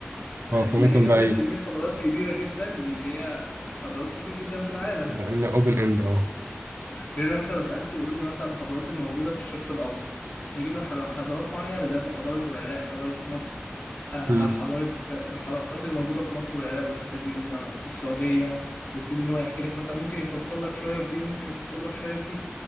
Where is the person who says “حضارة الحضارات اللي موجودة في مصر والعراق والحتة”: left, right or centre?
Left